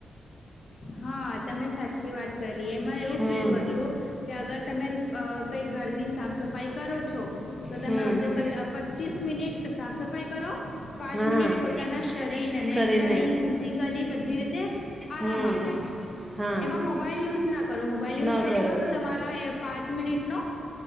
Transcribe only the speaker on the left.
હા તમે સાચી વાત કરી એમાં એવું
કીધું હતું કે અગર તમે કઇ કંઈ ઘરની સાફ સફાઈ કરો છો તો
તમે અડધો કલાક પચીસ મિનટ સાફ સફાઈ કરો પાંચ
મિનિટ પોતાના શરીરને
મેન્ટલી ફિઝિકલી બધીરીત આરામ
આપો
એમા મોબાઈલ યુઝ ના કરો મોબાઈલ યુઝ
કરશો
તો તમારા પાંચ મિનિટ નું